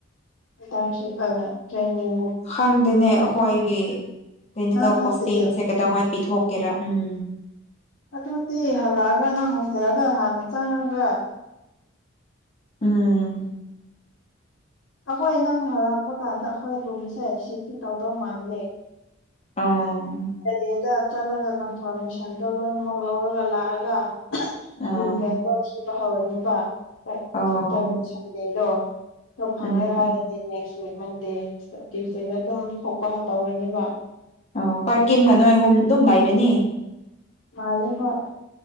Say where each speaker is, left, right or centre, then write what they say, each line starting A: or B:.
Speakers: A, on the left; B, on the left.
A: ꯇ꯭ꯔꯆꯤꯡ <unintelligible> ꯑꯥ ꯇ꯭ꯔꯦꯅꯤꯡ
B: ꯈꯪꯗꯦꯅꯦ ꯑꯩꯈꯣꯏꯒꯤ ꯐꯦꯅꯤꯀꯦꯜ
A: ꯅꯪ ꯈꯪꯗꯦ
B: ꯄꯣꯁꯇꯤꯡꯁꯦ ꯀꯩꯗꯧꯉꯥꯏ ꯄꯤꯊꯣꯛꯀꯦꯔꯥ ꯎꯝ
A: ꯑꯗꯨꯗꯤ ꯍꯜꯂꯛꯑꯒ ꯅꯪ ꯍꯣꯁꯇꯦꯜꯗ ꯍꯥꯟꯅ ꯆꯪꯉꯒ
B: ꯎꯝ
A: ꯑꯩꯈꯣꯏ ꯅꯪ ꯍꯔꯥꯛꯄ ꯀꯥꯟꯗ ꯑꯩꯈꯣꯏ ꯔꯨꯝꯁꯦ ꯁꯤꯐꯇꯤ ꯇꯧꯗꯧ ꯃꯥꯜꯂꯦ
B: ꯑꫭ
A: ꯑꯗꯩꯗ ꯆꯠꯂꯒ ꯀꯟꯐꯔꯃꯦꯁꯟꯗꯣ ꯂꯣꯏꯅꯃꯛ ꯂꯧꯔꯒ ꯂꯥꯛꯑꯒ
B: ꯑꯥ
A: ꯔꯨꯝ ꯔꯦꯟꯗꯣ ꯊꯤꯕ ꯍꯧꯔꯅꯦꯕ ꯍꫭꯏ
B: ꯑꯣ
A: ꯁꯇ꯭ꯔꯗꯦ ꯁꯟꯗꯦꯗꯣ ꯐꯪꯉꯦ
B: ꯎꯝ
A: ꯍꯥꯏꯔꯗꯤ ꯅꯦꯛꯁ ꯋꯤꯛ ꯃꯟꯗꯦ ꯇ꯭ꯌꯨꯁꯇꯦꯗ ꯑꯗꯨꯝ ꯊꯣꯛꯄ ꯇꯧꯔꯅꯤꯕ
B: ꯑꯣ ꯀꯥꯔꯀꯤꯝꯒ ꯅꯣꯏ ꯑꯍꯨꯝ ꯑꯗꯨꯝ ꯂꯩꯔꯅꯤ
A: ꯃꯥꯜꯂꯦ ꯍꫭꯏ